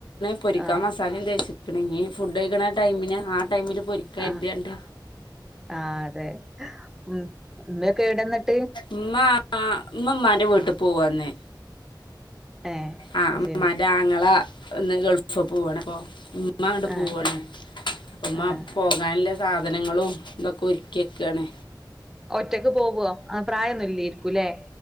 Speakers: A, on the left; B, in the centre.
A: പൊരിക്കാ
B: ആഹ്
A: മസാലയും തേച്ച്ക്ക്ണ് ഇനി ഫുഡ് കഴിക്കണ ടൈമിന് ആ ടൈമില് പൊരിക്കരിതിയാണ്ട്
B: ആഹ് ആഹ് അതെ ഉം എവിടെ എന്നിട്ട്
A: ഉമ്മ ആ ഉമ്മാന്റെ വീട്ടു പോവാന്ന്
B: ഏഹ്
A: ആ
B: അത്
A: ഉമ്മാന്റെ
B: ശരി
A: ആങ്ങള ഒന്ന് ഗൾഫ് പോവാണ് അപ്പൊ മ് ഉമ്മ അങ്ങട്ട്
B: ആഹ്
A: പോവാണ് ഉമ്മ
B: ആഹ്
A: പോകാനിള്ളെ സാധനങ്ങളും ഇതൊക്കെ ഒരുക്കി കാണ്
B: ഒറ്റക്ക് പോവോ ആ പ്രായൊന്നുല്ലേരിക്കുല്ലേ